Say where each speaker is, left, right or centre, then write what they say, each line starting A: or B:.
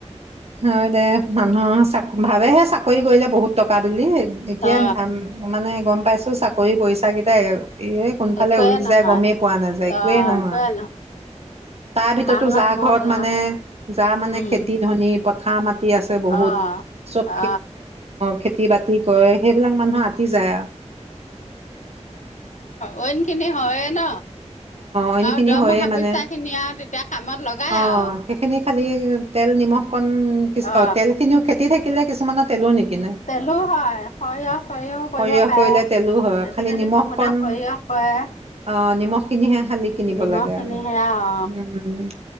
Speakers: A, on the right; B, on the left.
A: আৰু দে মানুহৰ চ ভাবেহে। চাকৰি কৰিলে বহুত। টকা বুলি এতিয়া
B: অ
A: মানে গম পাইছো। চাকৰি কৰিছে। কেইটা এ এ কোনফালে
B: একোৱে
A: উৰি
B: নহয়
A: যায় গমেই পোৱা নাযায় একোৱেই
B: অ
A: নহয়।
B: একোৱে
A: তাৰ ভিততো
B: মাহৰ
A: যা
B: মূৰত
A: ঘৰত
B: আও
A: মানে যা মানে
B: উম
A: খেতি ধনি পথাৰ মা! আছে বহুত
B: অ
A: চব
B: অ
A: খেতি বাতি কৰে সেইবিলাক মানুহ আতি যায় আও <inaudible>
B: অঁইনখিনি হয়ে ন।
A: অইনখিনি
B: আও দৰমহা
A: হয়ে মানে
B: পইচা খিনি আও তেতিয়া। কামত লগাই
A: অ
B: আও
A: সেইখিনি খালি তেল নিমখ। কন <unintelligible>
B: অ
A: তেল খিনিও খেতি থাকিলে কিছুমানত। তেলো নি কিনে,
B: তেলো হয় সৰিয়হ চৰিয়হও
A: সৰিয়হ
B: কৰিব পাৰে
A: কৰিলে তেলো হয়,
B: আজিকালি
A: খালি নিমখ
B: বহুতে
A: কন
B: সৰিয়হ কৰে
A: অ নিমখ কিনিহে খালি কিনিব
B: নিমখ
A: লাগে
B: খিনি
A: আৰু উম।
B: সেয়া অ